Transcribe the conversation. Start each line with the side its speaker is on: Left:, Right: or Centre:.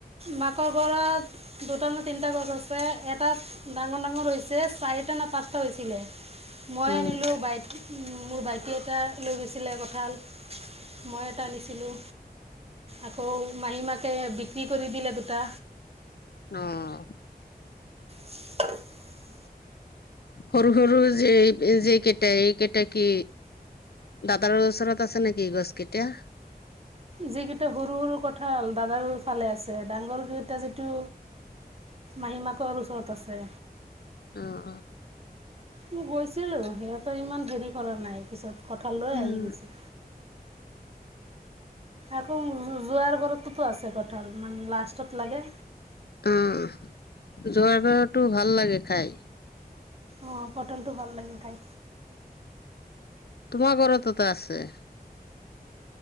Right: মাকৰ ঘৰত দুটা না তিনটা গছ আছে। এটাত ডাঙৰ, ডাঙৰ হৈছে চাইড চাৰিটা না পাঁচটা হৈছিলে, মই
Left: উম,
Right: আনিলো, বাইট উ'ম, মোৰ ভাইটি এটা। লৈ গৈছিলে কঁঠাল মই এটা আনিছিলোঁ আকৌ মাহী মাক বিক্ৰী কৰি দিলে দুটা।
Left: অ'
Right: <unintelligible>
Left: সৰু, সৰু যে, যে কেইটাই এই কেইটা কি? দাদাৰৰ ওচৰত আছে নেকি গছকেইতা?
Right: যিকেইটা সৰু, সৰু কঠাল দাদাৰোৰ ফালে আছে। ডাঙৰ কেইটা যিটো। মাহীমাকৰ ওচৰত আছে।
Left: অ', অ'।
Right: মই গৈছিলো, সিহঁতৰ ইমান হেৰি কৰা নাই। পিছত কঠাল লৈ
Left: উম,
Right: আহি গৈছো। আকৌ যোৱাৰ বাৰতো আছে কঠাল মানে লাষ্টত লাগে।
Left: অ', যোৱাবাৰটো ভাল লাগে খাই।
Right: অ', পটলটো ভাল লাগি খাই।
Left: মোৰ ঘৰত তোত আছে।